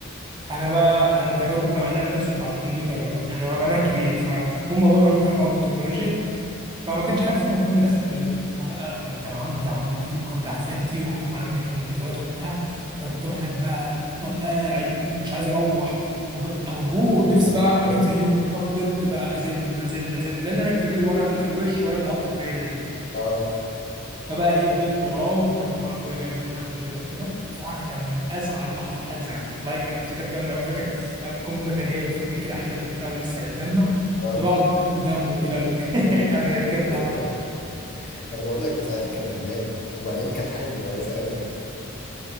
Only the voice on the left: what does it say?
اه
ده كان
ادمان
<laughs> اه
اه
<laughs>
انا بقول لك ده ساعتها كان ادمان وبعدين كانت حاجه مميزه قوي يعني